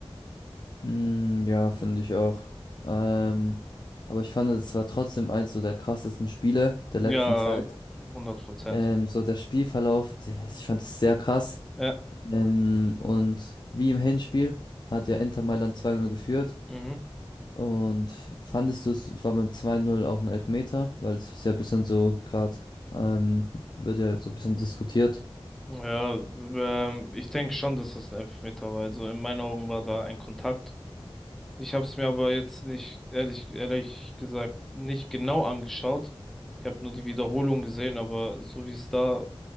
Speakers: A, on the left (about 45°); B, in the centre.
A: Mm, ja, finde ich auch. Ähm, aber ich fand, es war trotzdem eins so der krassesten Spiele der
B: Ja,
A: letzten Zeit.
B: hundert Prozent.
A: Ähm, so der Spielverlauf, ich fand es sehr krass.
B: Ja,
A: Ähm, und wie im Hinspiel hat ja Inter Mailand zwei Null geführt.
B: mhm.
A: Und fandest du es, es war beim 2-0 auch ein Elfmeter, weil es ist ja ein bisschen so, gerade ähm, wird ja so ein bisschen diskutiert.
B: Ja, ähm, ich denke schon, dass das ein Elfmeter war. Also in meinen Augen war da ein Kontakt. Ich habe es mir aber jetzt nicht, ehrlich, ehrlich gesagt, nicht genau angeschaut. Ich habe nur die Wiederholung gesehen, aber so wie es da